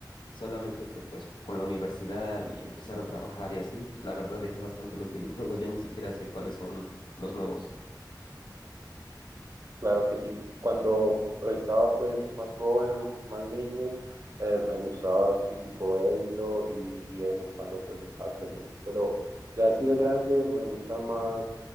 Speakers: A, on the left; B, on the right.
A: Solamente que pues con la universidad y empezar a trabajar y así, la verdad dejé bastante los videojuegos, ya ni siquiera sé cuáles son los nuevos.
B: Claro que sí. Cuando estaba pues más joven, más niño, eh, me gustaba sí tipo Halo y, y eso cuando pues estaba creciendo. Pero ya así de grande me gusta más,